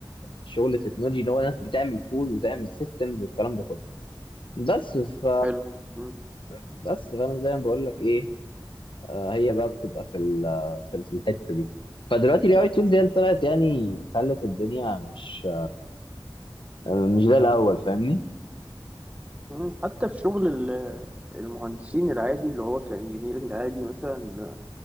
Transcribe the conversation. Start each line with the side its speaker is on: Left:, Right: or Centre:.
Left: شغل تكنولوجي اللي هو ناس بتعمل كود وتعمل سيستمز والكلام ده كله بس ف
Right: حلو مم.
Left: بس فانا زي ما بقول لك ايه آه، هي بقى بتبقى في ال- في ال- في الحته دي فدلوقتي الاي اي تولز هي اللي طلعت يعني خلت الدنيا مش آه، مش زي الاول فاهمني
Right: مم. حتى في شغل ال- المهندسين العادي اللي هو كإنجينيرنج عادي مثلا